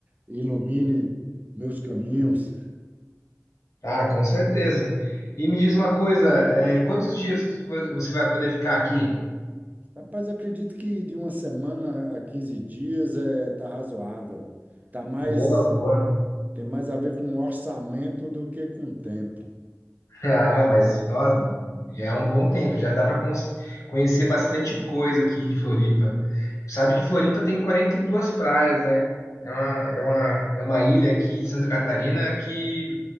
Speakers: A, on the right; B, on the left.
A: ilumine meus caminhos.
B: Ah, com certeza. E me diz uma coisa, é, quantos dias vo- você vai poder ficar aqui?
A: Rapaz, acredito que de uma semana a 15 dias é, tá razoável. Tá mais
B: Boa, boa.
A: Tem mais a ver com orçamento do que com tempo.
B: Ah, mas nossa, já é um bom tempo, já dá para conhecer bastante coisa aqui de Floripa. Sabe que Floripa tem 42 praias, né? É uma, é uma, é uma ilha aqui de Santa Catarina que,